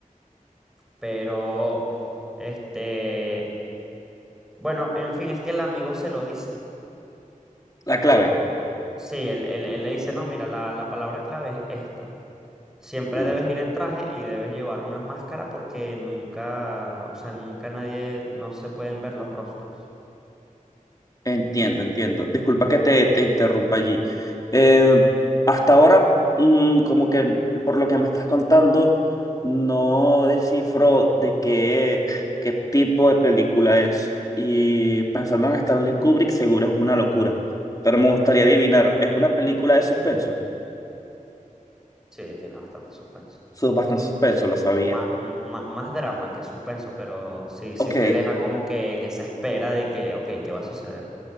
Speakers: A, in the centre; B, on the left.
A: pero este, bueno, en fin, es que el amigo se lo dice.
B: La clave.
A: Sí, él, él- él le dice, no, mira, la, la palabra clave es esta. Siempre
B: Uf.
A: debes ir en traje y debes llevar una máscara porque nunca, o sea, nunca nadie, no se pueden ver los rostros.
B: Entiendo, entiendo. Disculpa que te, te interrumpa allí. Eh, hasta ahora, mm, como que por lo que me estás contando, no descifro de qué, qué tipo de película es. Y pensando en Stanley Kubrick, seguro es una locura. Pero me gustaría adivinar, ¿es una película de suspenso?
A: Sí, tiene bastante suspenso.
B: Su- Bastante suspenso, lo sabía.
A: Má- m- má- más drama que suspenso, pero sí, sí
B: Ok.
A: te deja como que en esa espera de que, ok, ¿qué va a suceder?